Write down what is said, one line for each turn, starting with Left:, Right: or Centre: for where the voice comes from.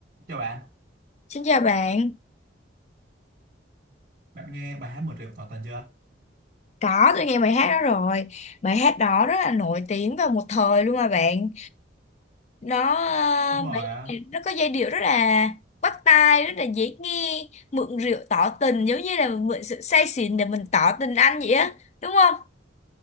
Right: Chào bạn,
Left: Xin chào bạn,
Right: bạn nghe bài hát Một triệu tỏ tình chưa?
Left: có tôi nghe bài hát đó rồi Bài hát đó rất là nổi tiếng vào một thời luôn mà bạn Nó ờ,
Right: Đúng rồi
Left: bài,
Right: á,
Left: nó có giai điệu rất là bắt tai, rất là dễ nghe Mượn rượu tỏ tình giống như là mượn sự say xỉn để mình tỏ tình anh vậy á Đúng không?